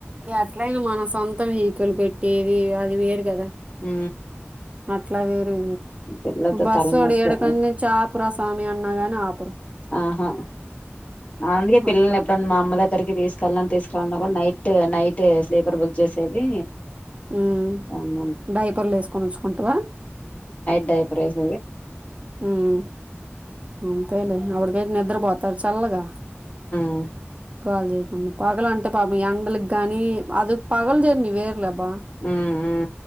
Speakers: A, on the right; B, on the left.
A: అట్ల అయినా మన సొంత వెహకులు పెట్టేది అది వేరు కదా
B: ఉ
A: అట్లా వేరు
B: పిల్లలతో
A: బస్
B: తలనొప్పి
A: ఊడి ఎడక చ ఆపురా సామి అన్నగానే ఆపర
B: ఆహా అందుకే పిల్లల్ని
A: అట్లా
B: ఎప్పుడు మా అమ్మ దగ్గరికి తీసుకెళ్ని తీసుకు న్నా కూడా నైట్ నైట్ స్లీపర్ బుక్ చేసేది
A: హ్మ్
B: ఉమ్
A: డైపర్లు వేసుకొని వచ్చుకుంటావా
B: <unintelligible> ప్రైస్
A: మ్మ్ అంతేలే ఆవిడా నిద్ర పోతు చల్లగా
B: ఆ
A: కాలు చేయకుండా పగలు అంటే పాపం ఎండలకి గానీ అది పగలు జర్నీ వేరులే అబ్బా
B: మ్మ్ హ్హ్